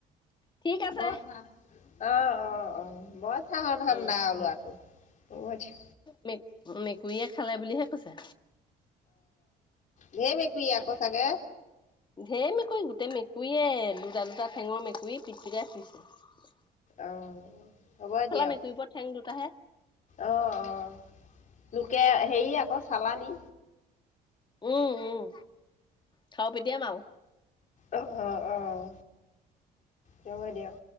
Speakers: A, on the left; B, on the left.
A: ঠিক আছে
B: বত অ অ অ বত চাহৰ ধান্দা
A: উম
B: ওলোৱাটো হব দিয়া
A: মে মেকুৰীয়ে খালে বুলিহে কৈছে
B: ধেৰ মেকুৰী আক চাগে
A: ধেই মেকুৰী গোটেই মেকুৰীয়ে দুটা দুটা ঠেঙৰ মেকুৰী পিটিকাই ফুইছে
B: অহ হ'ব দিয়ক
A: মেকুৰীবোৰৰ ঠেং দুটাহে
B: অ অ লোকে হেৰি আকৌ চালানী
A: উম উম খাও পিতিয়াম আও
B: অহ অহ হব দিয়ক